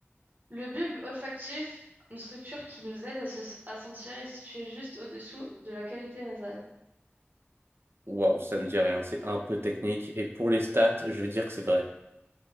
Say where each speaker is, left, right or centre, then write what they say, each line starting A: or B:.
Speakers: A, on the right (about 40°); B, on the right (about 65°).
A: Le bulbe olfactif, une structure qui nous aide à, se- à sentir, est située juste au-dessous de la cavité nasale.
B: Waouh, ça me dit rien. C'est un peu technique. Et pour les stats, je vais dire que c'est vrai.